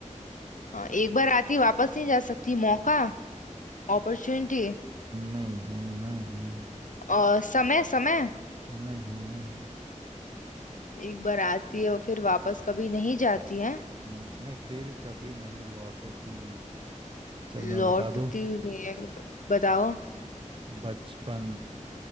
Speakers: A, on the left; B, on the right.
A: हाँ एक बार आती वापस नहीं जा सकती मौका अपॉर्चुनिटी
B: नहीं नहीं
A: और समय समय
B: नहीं नहीं
A: एक बार आती है और फिर वापस कभी नहीं जाती है
B: हम्म, नहीं फिर कभी नहीं लौटती चल मैं
A: लौटती
B: बता दूँ
A: नहीं है बताओ
B: बचपन